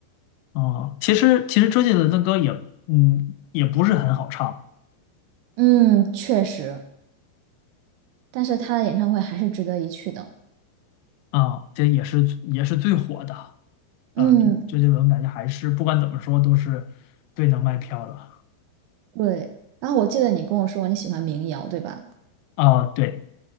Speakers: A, on the left; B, on the right.
A: 哦，其实其实周杰伦的歌也，嗯，也不是很好唱
B: 嗯，确实，但是他的演唱会还是值得一去的，
A: 啊，这也是也是最火的
B: 嗯，
A: 啊。周杰伦感觉还是不管怎么说都是最能卖票的
B: 对。然后我记得你跟我说你喜欢民谣，对吧？
A: 啊。对